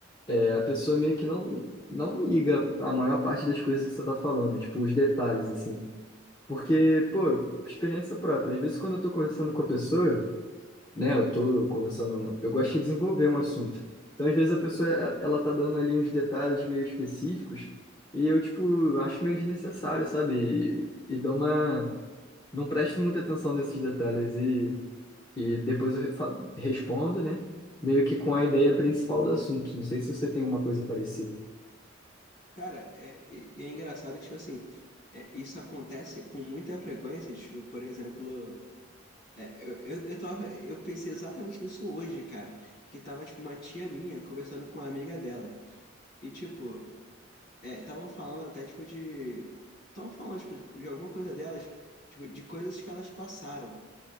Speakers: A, on the left (about 20°); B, on the left (about 55°).
A: é, a pessoa meio que não, não liga a maior parte das coisas que você tá falando, tipo, os detalhes, assim. Porque, pô, experiência própria. Às vezes, quando eu tô conversando com a pessoa né? Eu tô conversando, eu gosto de desenvolver um assunto. Então, às vezes a pessoa ela tá dando ali uns detalhes meio específicos e eu tipo acho meio desnecessário, sabe? E, e dou uma não presto muita atenção nesses detalhes e e depois eu re- fa- respondo, né? Meio que com a ideia principal do assunto. Não sei se você tem uma coisa parecida.
B: cara, é, e, e é engraçado que, tipo assim, é, isso acontece com muita frequência, tipo, por exemplo. É, eu, eu, eu tava, eu pensei exatamente nisso hoje, cara. Que tava, tipo, uma tia minha conversando com uma amiga dela. E, tipo, é, estavam falando até, tipo, de. Estavam falando, tipo, de, de alguma coisa delas, tipo, de coisas que elas passaram.